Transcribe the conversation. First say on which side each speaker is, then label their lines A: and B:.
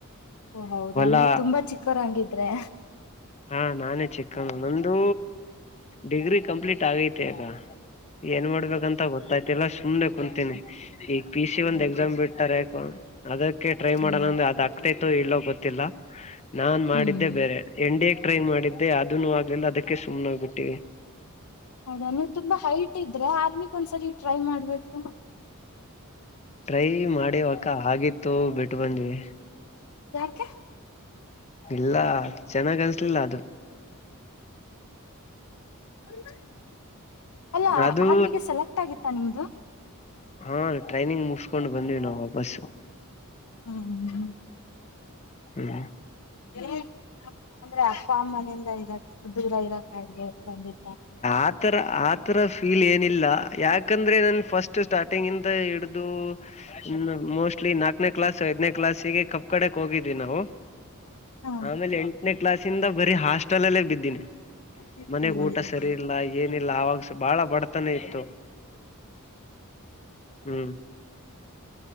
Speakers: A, on the left (about 80°); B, on the left (about 30°).
A: ಓ ಹೌದಾ
B: ಹೊಲಾ
A: ನೀವು ತುಂಬಾ ಚಿಕ್ಕೋರಾ ಹಂಗಿದ್ರೆ.
B: ಹಾ ನಾನೇ ಚಿಕ್ಕವನು ನಂದು. ಡಿಗ್ರಿ ಕಂಪ್ಲೀಟ್ ಆಗೈತಿ ಈಗ ಏನ್ ಮಾಡ್ಬೇಕಂತ ಗೊತ್ತಾಯತ. ತಿಲ್ಲಾ ಸುಮ್ಮನೆ ಕುಂತೀನಿ ಈಗ ಪಿ ಸಿ ಒಂದ್
A: ಹೌದಾ
B: ಎಕ್ಸಾಮ್ ಬಿಡ್ತಾರೆ ಯಾಕ. ಅದಕ್ಕೆ ಟ್ರೈ
A: ಹ್ಮ್
B: ಮಾಡೋಣಂದ ಅದು ಆಗ್ತೈತ ಇಲ್ಲೊ ಗೊತ್ತಿಲ್ಲ ನಾನ್ ಮಾಡಿದ್ದೆ
A: ಹ್ಮ್
B: ಬೇರೆ. ಎನ್ ಡಿ ಎಗ್ ಟ್ರೈ ಮಾಡಿದ್ದೆ ಅದನು ಆಗ್ಲಿಲ್ಲ ಅದಕ್ಕೆ ಸುಮ್ಮನೆನಾಗ್ಬಿಟ್ಟಿವವಿ.
A: ಹೌದಾ ನೀವು ತುಂಬಾ ಹೈಟ್ ಇದ್ರೆ ಆರ್ಮಿಕ್ ಒಂದ್ಸರಿ ಟ್ರೈ ಮಾಡ್ಬೇಕು.
B: ಟ್ರೈ ಮಾಡಿವ ಅಕ್ಕಾ ಆಗಿತ್ತು ಬಿಟ್ಟು ಬಂದ್ವಿ.
A: ಯಾಕೆ
B: ಇಲ್ಲ ಚೆನ್ನಾಗ್ ಅನ್ಸ್ಲಿಲ್ಲ ಅದು.
A: ಅಮ್ಮಾ ಅಲ್ಲ
B: ಅದು
A: ಆರ್ಮಿಗೆ ಸೆಲೆಕ್ಟ್ ಆಗಿತ್ತಾ ನಿಮ್ದು.
B: ಹಾ ಟ್ರೈನಿಂಗ್ ಮುಗಸಕೊಂಡ್ ಬಂದ್ವಿ ನಾವು ವಾಪಸು.
A: ಹು ಹು
B: ಹು
A: ಹು ಅಂದ್ರೆ ಅಪ್ಪ ಅಮ್ಮನೆಯಿಂದ ಇರಕ್ ದೂರ ಇರಕ್ ಆಗದೆ ಬಂದಿದ್ದು.
B: ಆತರ ಆತರ ಫೀಲ್ ಏನಿಲ್ಲ ಯಾಕಂದ್ರೆ ನನ್ ಫಸ್ಟ್. ಸ್ಟಾರ್ಟಿಂಗ್ ಇಂದ ಹಿಡ್ದು ಇನ್ನ ಮೋಸ್ಟ್. ಸ್ಲೀ ನಾಕನೇ ಕ್ಲಾಸ್ ಐದನೇ ಕ್ಲಾಸ್ಗೆ ಕಬ್ಬ್ ಕಡೆಕ್ ಹೋಗಿದ್ವಿ ನಾವು
A: ಹಾ
B: ಆಮೇಲೆ. ಎಂಟನೇ ಕ್ಲಾಸ್ ಇಂದ ಬರಿ ಹಾಸ್ಟೆಲ್ ಅಲ್ಲೇ ಬಿದ್ದೀನಿ.
A: ಅಯ್ಯ್
B: ಮನೆಗ್ ಊಟ ಸರಿ ಇಲ್ಲ ಏನಿಲ್ಲ ಆವಾಗಸ ಬಹಳ ಬಡತನಾ ಇತ್ತು ಹು